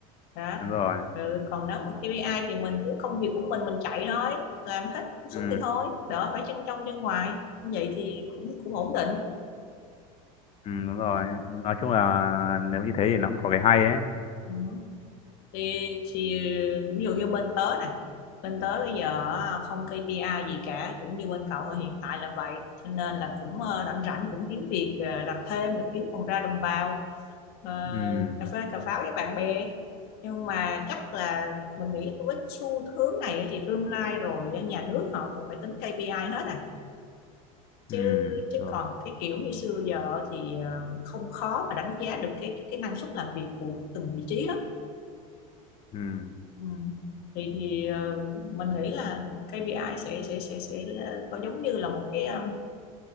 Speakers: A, on the left (about 60°); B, on the left (about 35°).
A: đó
B: đúng rồi
A: ừ, còn nếu mà KPI thì mình cứ công việc của mình mình chạy thôi làm hết công suất
B: ừ,
A: thì thôi đỡ phải chân trong chân ngoài như vậy thì cũng cũng ổn định
B: ừ đúng rồi nói chung là nếu như thế thì nó cũng có cái hay ấy
A: ừ. thì, thì ví dụ như bên tớ nè bên tớ bây giờ á, không KPI gì cả cũng như bên cậu thôi hiện tại là vậy cho nên là cũng ờ, rảnh rảnh cũng kiếm việc ờ, làm thêm để kiếm phòng ra đồng bào ờ,
B: ừ
A: cà phê cà pháo với bạn bè nhưng mà chắc là mình nghĩ với cái xu hướng này á thì tương lai rồi á, nhà nước họ cũng phải tính KPI hết à chứ
B: ừ
A: chứ
B: đúng
A: còn cái kiểu như xưa giờ thì ờ, không khó mà đánh giá được cái cái, cái năng suất làm việc của từng vị trí lắm
B: ừ
A: Ừ. Thì thì ờ, mình nghĩ là KPI sẽ sẽ sẽ sẽ là- có giống như là một cái um,